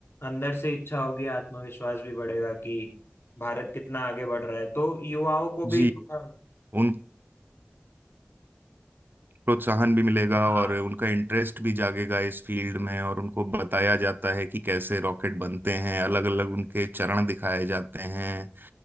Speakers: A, on the left; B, on the right.
A: अंदर से इच्छा होगी आत्मविश्वास भी बढ़ेगा कि भारत कितना आगे बढ़ रहा है तो युवाओं को
B: जी
A: भी थोड़ा-
B: उन प्रोत्साहन भी मिलेगा
A: हाँ
B: और उनका इंटरेस्ट भी जागेगा इस फील्ड में और उनको बताया जाता है कि कैसे रॉकेट बनते हैं अलग अलग उनके चरण दिखाए जाते हैं